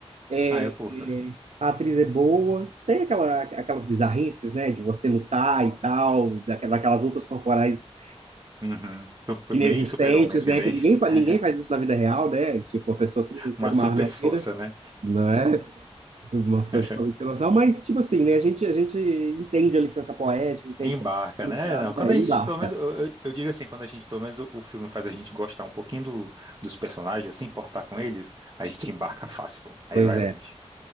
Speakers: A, on the right; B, on the right.
A: é,
B: Ah, eu
A: é-
B: curto.
A: a atriz é boa, tem aquela, aquelas bizarrices, né, de você lutar e tal, daque- daquelas lutas corporais
B: Uhum. Super-
A: inexistentes,
B: Bem super-homem, assim,
A: né,
B: bem.
A: que ninguém, fa-
B: <laughs>
A: ninguém faz isso na vida real, né? Tipo, a pessoa simplesmente
B: Uma
A: pega
B: super
A: uma arma e atira,
B: força, né?
A: não é? Algumas coisas
B: <laughs>
A: talvez sem noção, mas tipo assim, né? A gente, a gente entende a licença poética, entende,
B: Embarca, né? É, Não, quando
A: é,
B: a
A: embarca.
B: gente, pelo menos, eu, eu- eu digo assim, quando a gente, pelo menos, o, o filme faz a gente gostar um pouquinho do- dos personagens, se importar com eles, a gente embarca fácil, pô. Aí
A: Pois
B: vai
A: é,
B: longe.